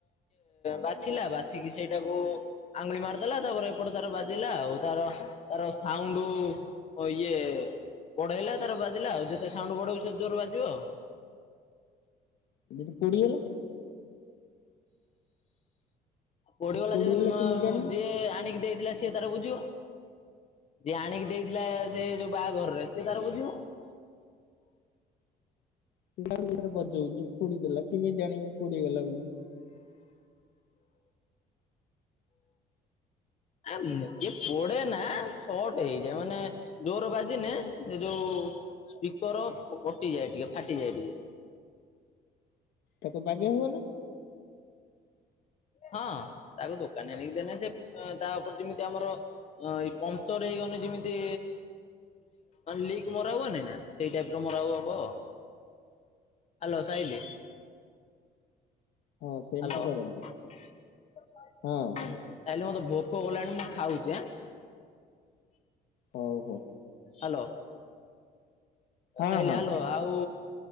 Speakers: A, on the left; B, on the left.
A: ବାଛିଲା ବାଛିକି ସେଇଟାକୁ ଆଙ୍ଗୁଳି ମାରିଦେଲା ତାପରେ ଏପଟେ ତାର ବାଜିଲା ଆଉ ତାର ତାର ସାଉଣ୍ଡ ଇଏ ବଢ଼େଇଲା ତାର ବାଜିଲା ଆଉ ଯେତେ ସାଉଣ୍ଡ ବଢେଇିବ ସେତେ ଜୋର ବାଜିବ ଆଉ।
B: <unintelligible> ପଡିଗଲା।
A: ପଡିଗଲା
B: ପୋଡିଗଲା
A: ଯଦି
B: କେମିତି ଜାଣିବୁ
A: ଯିଏ ଆଣିକି ଦେଇ ଥିଲା ସି ତାର ବୁଝିବ ଯିଏ ଆଣିକି ଦେଇଥିଲା ସେ ଯୋଉ ବାହାଘରରେ ସିଏ ତାର ବୁଝିବ।
B: <unintelligible> କେମିତି ଜାଣିବ ପୋଡିଗଲା ବୋଲି?
A: ଆ ସଏ ପଡେ ନା ସଟ ହେଇଯାଏ ମାନେ ଜୋର ବାଜିିନେ ଏ ଯୋଉ ସ୍ପିକର କଟିଯାଏ ଟିକେ ଫାଟିଯାଏ ଟିକେ।
B: ତାକୁ ବାଗ୍ଇ ହୁଅ ନା।
A: ହଁ ତାକୁ ଦୋକାନୀ ନେଇକି ଦେଲେ ସେ ତା ଉପରେ ଯେମିତି ଆମର ହଁ ଏଇ ପମ୍ଚର ହେଇଗଲେ ଯେମିତି ଲିକ ମରା ହୁଏନି ନା? ସେଇ ଟାଇପ ର ମୋର ଆଉ ହବ।
B: <inaudible>
A: ହ୍ୟାଲୋ ସାହିଲି।
B: ହଁ ସେମିତି
A: ହ୍ୟାଲୋ ହଁ।
B: କରନ୍ତି ହଁ
A: ସାହାଣୀ ମତେ ଭୋକ ଗଲାଣି ମୁଁ ଖାଉଛି ଆ।
B: ହଉ ହଉ।
A: ହ୍ୟାଲୋ।
B: ହଁ
A: ସାଇଲି
B: ହଁ
A: ହଲୋ ଆଉ